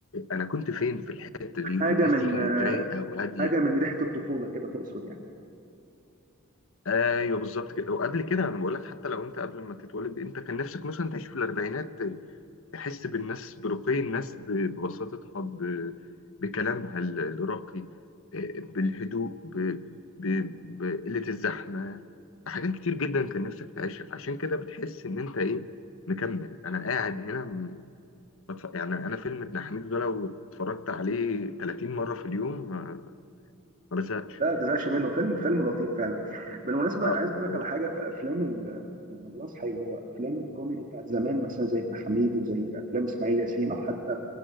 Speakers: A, on the left; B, on the right.
A: انا كنت فين في الحتة دي
B: حاجه
A: الناس
B: من
A: دي كانت
B: آه،
A: رايقة وهادية
B: حاجه من ريحه الطفوله كده تقصد يعني
A: ايوه بالظبط كده وقبل كده انا بقول لك حتى لو انت قبل ما تتولد انت كان نفسك مثلا تعيش في الاربعينات تحس بالناس برقي الناس ب- ببساطتها ب... بكلامها ال- الراقي آه، بالهدوء ب... ب... بقلة الزحمة حاجات كتير جدا كان نفسك تعيشها فعشان كده بتحس ان انت ايه مكمل انا قاعد هنا م- بتف... يعني انا فيلم ابن حميد ده لو اتفرجت عليه 30 مرة في اليوم ما ما بزهقش
B: لا ما تزهقش منه فيلم فيلم لطيف فعلا بالمناسبه
A: اه
B: انا عايز
A: ما
B: اقول
A: بقول
B: لك على حاجه في افلام ال... يعني أنا بلاحظ حاجه هو افلام الكوميدي بتاعت زمان مثلا زي ابن حميد وزي افلام اسماعيل ياسين او حتى